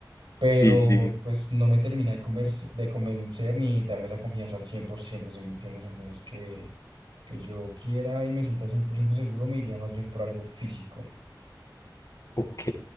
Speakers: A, on the right (about 85°); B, on the left (about 40°).
A: Pero
B: Sí, sí,
A: pues no me termina de, convers- de convencer ni darme esa confianza al cien por ciento ¿sí me entiendes? Entonces que, que yo quiera y me sienta 100% seguro, me iría más bien por algo físico.
B: Ok,